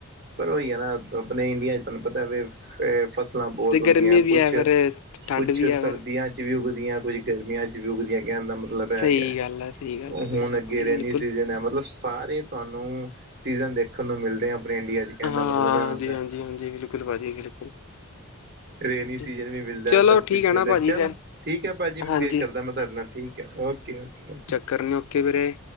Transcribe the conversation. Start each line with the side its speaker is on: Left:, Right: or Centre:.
Right: ਪਰ ਹੋਈ ਜਾ ਨਾ ਆਪਣੇ ਇੰਡੀਆ ਚ ਤੁਹਾਨੂੰ ਪਤਾ ਵੀ ਫੇਰ, ਫਸਲਾਂ ਬਹੁਤ
Left: ਤੇ
Right: ਹੁੰਦੀਆਂ
Left: ਗਰਮੀ ਵੀ
Right: ਕੁਛ
Left: ਹੈ ਫਿਰ ਠੰਡ
Right: ਕੁਛ
Left: ਵੀ ਹੈ
Right: ਸਰਦੀਆਂ
Left: ਫਿਰ
Right: ਚ ਵੀ ਉੱਗਦੀਆਂ ਕੁਛ ਗਰਮੀਆਂ ਚ ਵੀ ਉੱਗਦੀਆਂ ਕਹਿਣ ਦਾ ਮਤਲਬ
Left: ਸਹੀ
Right: ਹੈਗਾ,
Left: ਗੱਲ ਆ, ਸਹੀ ਗੱਲ
Right: ਹੁਣ
Left: ਆ, ਬਿਲਕੁਲ
Right: ਅੱਗੇ
Left: ਭਾਜੀ
Right: ਰੇਨੀ
Left: ਬਿਲਕੁਲ।
Right: ਸੀਜਨ ਹੈ ਮਤਲਬ ਸਾਰੇ ਤੁਹਾਨੂੰ ਸੀਜਨ ਦੇਖਣ ਨੂੰ ਮਿਲਦੇ ਆ ਆਪਣੇ ਇੰਡੀਆ ਚ ਕਹਿਣ
Left: ਹਾਂਜੀ,
Right: ਦਾ ਮਤਲਬ ਇਹ ਹੁੰਦਾ।
Left: ਹਾਂਜੀ, ਹਾਂਜੀ, ਬਿਲਕੁਲ ਭਾਜੀ ਬਿਲਕੁਲ,
Right: ਰੇਨੀ
Left: ਹਾਂਜੀ।
Right: ਸੀਜਨ ਵੀ ਮਿਲਦਾ
Left: ਚਲੋ
Right: ਸਭ ਕੁਛ
Left: ਠੀਕ ਹੈ
Right: ਮਿਲਦਾ
Left: ਨਾ ਭਾਜੀ
Right: ਚਲੋ
Left: ਫੇਰ,
Right: ਠੀਕ ਹੈ ਭਾਜੀ
Left: ਹਾਂਜੀ
Right: ਫੇਰ ਕਰਦਾ ਮੈਂ ਤੁਹਾਡੇ ਨਾਲ ਠੀਕ। ਓ ਓਕੇ ਓਕੇ ਓਕੇ।
Left: ਕਰਨ ਓਕੇੇ ਵੀਰੇ।